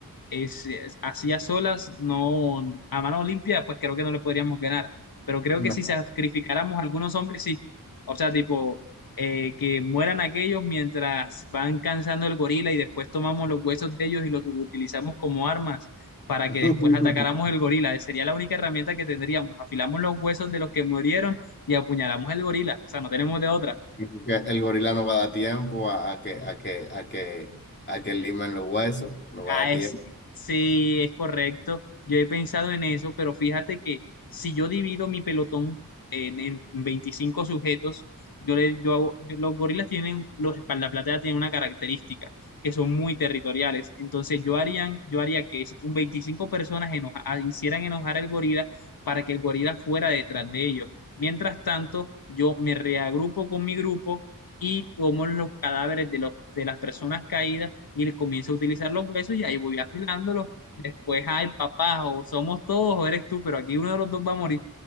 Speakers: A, on the left; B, on the left.
A: es, es- así a solas, no, a mano limpia, pues creo que no le podríamos ganar. Pero creo
B: No.
A: que si sacrificáramos a algunos hombres, sí. O sea, tipo, eh, que mueran aquellos mientras van cansando el gorila y después tomamos los huesos de ellos y los utilizamos como armas para
B: <laughs>
A: que después atacáramos el gorila. Sería la única herramienta que tendríamos. Afilamos los huesos de los que murieron y apuñalamos el gorila. O sea, no tenemos de otra.
B: Porque El gorila no va a dar tiempo a, a que, a que, a que, a que limen los huesos, no va
A: Ah,
B: a dar tiempo.
A: es- sí, es correcto. Yo he pensado en eso, pero fíjate que si yo divido mi pelotón en, en 25 sujetos, yo le, yo hago- los gorilas tienen, los espaldaplateas tienen una característica, que son muy territoriales. Entonces yo harían, yo haría que es- un 25 personas enoja- ah, hicieran enojar al gorila para que el gorila fuera detrás de ellos. Mientras tanto, yo me reagrupo con mi grupo y tomo los cadáveres de, los, de las personas caídas y le comienzo a utilizar los huesos y ahí voy afilándolos. Después, ay, papá, o somos todos o eres tú, pero aquí uno de los dos va a morir.